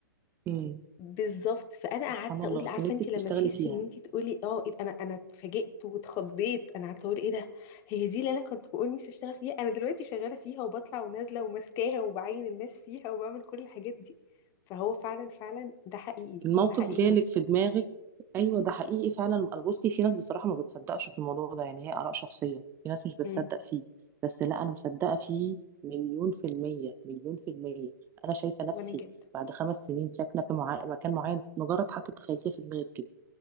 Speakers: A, on the right (about 20°); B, on the left (about 30°).
A: مم.
B: بالظبط فانا قعدت
A: سبحان الله
B: اقول عارفه
A: كان نفسك
B: انت لما
A: تشتغلي
B: تحسي
A: فيها
B: ان انت تقولي اه إيه ده، انا انا اتفاجئت واتخضيت انا قعدت اقول ايه ده هي دي اللي انا كنت بقول نفسي اشتغل فيها انا دلوقتي شغاله فيها وبطلع ونازله وماسكاها وبعين الناس فيها وبعمل كل الحاجات دي فهو فعلا فعلا ده حقيقي
A: الموقف
B: ده حقيقي
A: جالك في دماغك ايوه ده حقيقي فعلا بصي في ناس بصراحه ما بتصدقش في الموضوع ده يعني هي اراء شخصيه في ناس مش بتصدق
B: امم
A: فيه بس لا انا مصدقه فيه مليون في الميه مليون في الميه انا شايفه نفسي
B: وانا جدا
A: بعد خمس سنين ساكنه في معا... مكان معين مجرد حتى تخيلتيها في دماغك كده